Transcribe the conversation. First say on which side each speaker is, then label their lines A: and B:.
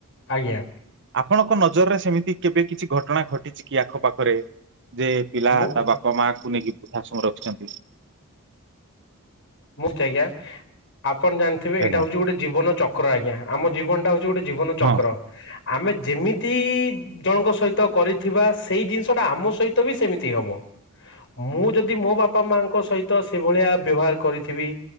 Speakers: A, on the left; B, on the right.
A: ଆଜ୍ଞା।
B: ଆପଣଙ୍କ ନଜରରେ ସେମିତି କେବେ କିଛି ଘଟଣା ଘଟିଚି କି ଆଖ ପାଖରେ ଯେ ପିଲା
A: ମୁଁ
B: ତା ବାପା ମାଆଙ୍କୁ ନେଇକି ବୃଝା ସମୟ ରଖିଛନ୍ତି।
A: ମୁ ଆଜ୍ଞା ଆପଣ ଜାଣିଥିବେ
B: ଆଜ୍ଞା
A: ଏଇଟା ହଉଛି ଗୋଟେ ଜୀବନ ଚକ୍ର ଆଜ୍ଞା, ଆମ ଜୀବନଟା ହଉ ଯେ ଗୋଟେ ଜୀବନ ଚକ୍ର,
B: ହଁ
A: ଆମେ ଯେମିତି ଜଣଙ୍କ ସହିତ କରିଥିବା ସେଇ ଜିନିଷ ଟା ଆମ ସହିତ ବି ସେମିତି ହବ। ମୁଁ ଯଦି ମୋ ବାପା ମାଙ୍କ ସହିତ ସେଭଳିଆ ବ୍ୟବହାର କରିଥିବି।